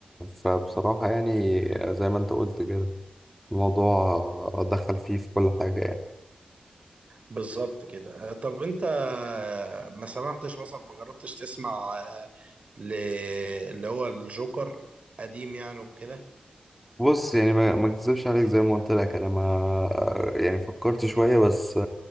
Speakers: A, in the centre; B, on the right (about 50°).
A: فبصراحة يعني زي ما انت قلت كده الموضوع دخل فيه في كل حاجة يعني
B: بالظبط كده طب انت ما سمعتش مثلا ما جربتش تسمع ل- اللي هو الجوكر قديم يعني وكده
A: بص يعني ما ما اكذبش عليك زي ما قلت لك انا ما يعني فكرت شوية بس